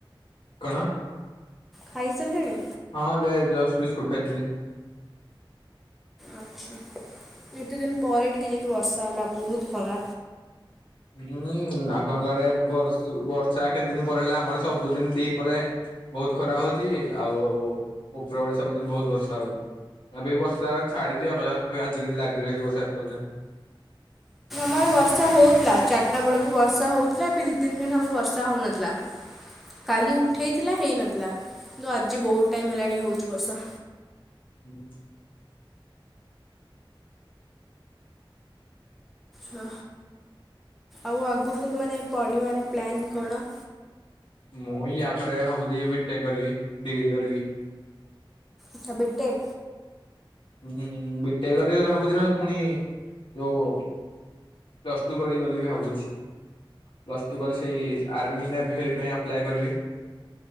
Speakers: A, on the left; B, in the centre.
A: କଣ?
B: ଖାଇସାରିଲେଣି?
A: ହଁ ଏବେ ଜଷ୍ଟ୍ ବିସ୍କୁଟ୍ ଖାଇଥିଲି।
B: ଆଚ୍ଛା ଏତେ ଦିନ ପରେ ଟିକେ ଯାଇକି ବର୍ଷା ହେଲା ବୋହୁତ ଖରା
A: ହୁଁ ଆପଣଙ୍କ ଆଡ଼େ ବର୍ଷୁ ବର୍ଷା କେତେ ଦିନ ପରେ ହେଲା ଆମରେ ସବୁଦିନ ଦି ପହରେ ବୋହୁତ ଖରା ହୋଉଚି ଆଉ ଉପର ବଳି ସବୁଦିନ ବୋହୁତ ବର୍ଷା ହୋଉଚି। ଏବେ ବି ବର୍ଷା ଛାଡ଼ିଯିବା କଥା ତ ଆଜି କେମିତି ଲାଗି ରହିଛି ବର୍ଷା ଏତେବେଳେ ଯାଏଁ।
B: ଆମର ବର୍ଷା ହଉଥିଲା ଚାରିଟା ବେଳକୁ ବର୍ଷା ହଉଥିଲା ଏବେ ଦି ତିନି ଦିନ ହବ ବର୍ଷା ହଉନଥିଲା। କାଲି ଉଠେଇଥିଲା ହେଇନଥିଲା କିନ୍ତୁ ଆଜି ବୋହୁତ ଟାଇମ ହେଲାଣି ହୋଉଛି ବର୍ଷା।
A: ହୁଁ।
B: ହଁ ଆଉ ଆଗକୁ ମାନେ ପଢ଼ିବାର ପ୍ଲାନ୍ କଣ?
A: ମୁଁ ୟା ପରେ ଭାବୁଚି ବିଟେକ୍ କରିବି ଡିଗ୍ରୀ କରିବି।
B: ଆଚ୍ଛା ବିଟେକ୍?
A: ହୁଁ ବିଟେକ୍ କରିବି ବୋଲି ଭାବୁଚି ନହେଲେ ପୁଣି ଯୋଉ ପ୍ଲସ୍ ଟୁ କରିବି ବୋଲି ବି ଭାବୁଛି। ପ୍ଲସ୍ ଟୁ କଲେ ସେଇ ଆର୍ମି ନେଭିଏ ପାଇଁ ଆପ୍ଲାଏ କରିବି।